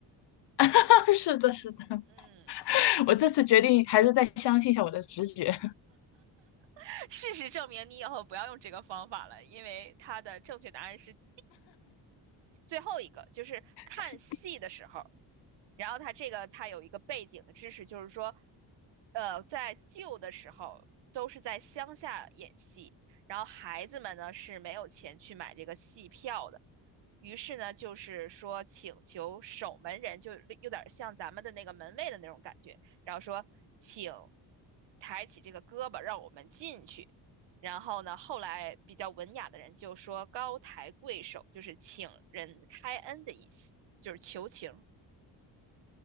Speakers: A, on the left; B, on the right.
A: <laughs> 是的，是的。
B: <laughs> 嗯。
A: <laughs> 我这次决定还是再相信一下我的直觉。
B: <laughs> 事实证明，你以后不要用这个方法了，因为它的正确答案是 D，最后一个就是看戏的时候，
A: <laughs> 是
B: 然后它这个它有一个背景的知识，就是说，呃，在旧的时候都是在乡下演戏，然后孩子们呢是没有钱去买这个戏票的，于是呢就是说请求守门人，就有点像咱们的那个门卫的那种感觉，然后说请抬起这个胳膊让我们进去。然后呢，后来比较文雅的人就说高抬贵手，就是请人开恩的意思，就是求情，